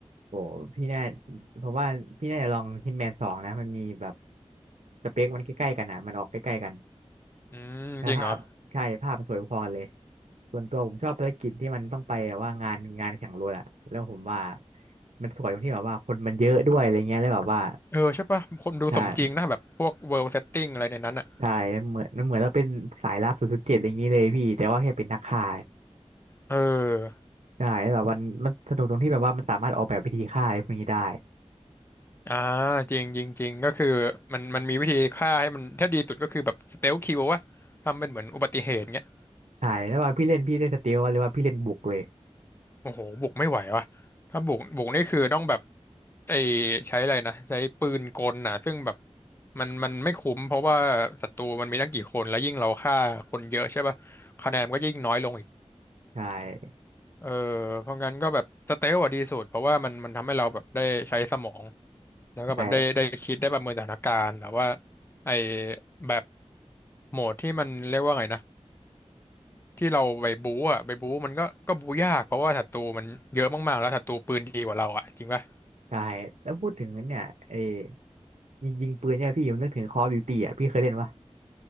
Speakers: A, on the right; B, on the left.
A: โอ้พี่น่าผมว่าพี่น่าจะลองฮิตแมนสองนะมันมีแบบสเปคมันใกล้ๆกันอ่ะมันออกใกล้ๆกัน
B: อืมจริงเหรอ
A: แล้วภาพใช่ภาพมันสวยพอกันเลยส่วนตัวผมชอบภารกิจที่มันต้องไปแบบว่างานงานแข่งรถอะแล้วผมว่ามันสวยตรงที่แบบว่าคนมันเยอะด้วยอะไรเงี้ยแล้วแบบว่า
B: เออใช่ป่ะคนดูสมจริงนะแบบพวกเวิลด์เซตติ้งอะไรในนั้นอะ
A: ใช่ ใช่เหมือนมันเหมือนเราเป็นสายลับศูนย์ศูนย์เจ็ดอะไรอย่างนี้เลยพี่แต่ว่าแค่เป็นนักฆ่า
B: เออ
A: ใช่แล้วแบบมันมันสนุกตรงที่แบบว่ามันสามารถออกแบบวิธีฆ่าอะไรพวกนี้ได้
B: อ่าจริงจริงจริงก็คือมันมันมีวิธีฆ่าให้มันถ้าดีสุดก็คือแบบสเตลคิลวะทำเป็นเหมือนอุบัติเหตุเงี้ย
A: ใช่แล้วว่าพี่เล่นพี่เล่นสเตลว่าหรือว่าพี่เล่นบุกเลย
B: โอ้โหบุกไม่ไหววะถ้าบุกบุกนี่คือต้องแบบไอใช้อะไรนะใช้ปืนกลน่ะซึ่งแบบมันมันไม่คุ้มเพราะว่าศัตรูมันมีตั้งกี่คนแล้วยิ่งเราฆ่าคนเยอะใช่ป่ะคะแนนมันก็ยิ่งน้อยลงอีก
A: ใช่
B: เออเพราะงั้นก็แบบสเตลอะดีสุดเพราะว่ามันมันทำให้เราแบบได้ใช้สมองแล้วก็แบบได้ได้คิดได้ประเมินสถานการณ์แต่ว่า
A: ใช่
B: ไอ้แบบ โหมดที่มันเรียกว่าไงนะที่เราไปบู๊อ่ะไปบู๊มันก็ก็บู๊ยากเพราะว่าศัตรูมันเยอะมากๆแล้วศัตรูปืนดีกว่าเราอ่ะจริงป่ะ
A: ใช่แล้วพูดถึงเนี่ยไอ้ยิงยิงปืนเนี่ยพี่ผมนึกถึง Call of Duty อ่ะพี่เคยเล่นปะ